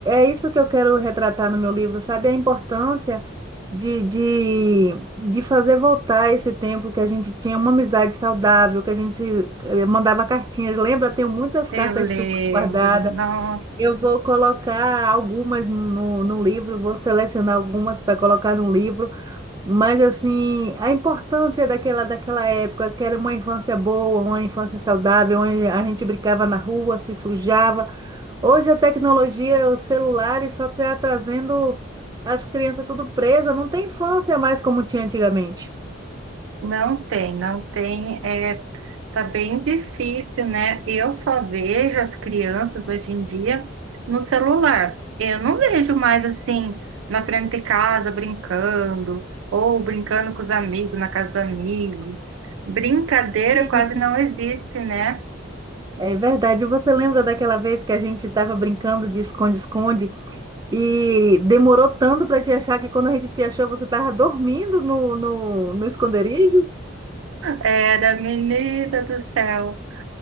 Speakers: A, on the right (about 20°); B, on the right (about 80°).
A: é isso que eu quero retratar no meu livro, sabe? A importância de, de, de fazer voltar esse tempo que a gente tinha uma amizade saudável, que a gente eh, mandava cartinhas. Lembra? Tenho muitas
B: tele.
A: cartas suas guardadas.
B: Nossa.
A: Eu vou colocar algumas no, no livro, vou selecionar algumas para colocar no livro. Mas assim, a importância daquela, daquela época, que era uma infância boa, uma infância saudável, onde a gente brincava na rua, se sujava. Hoje a tecnologia, os celulares só está trazendo as crianças tudo presas, não tem infância mais como tinha antigamente.
B: Não tem, não tem. É, tá bem difícil, né? Eu só vejo as crianças hoje em dia no celular. Eu não vejo mais assim na frente de casa brincando, ou brincando com os amigos, na casa dos amigos. Brincadeira quase
A: Isso.
B: não existe, né?
A: É verdade. Você lembra daquela vez que a gente estava brincando de esconde-esconde e demorou tanto para te achar que quando a gente te achou, você estava dormindo no, no, no esconderijo?
B: Era menina do céu.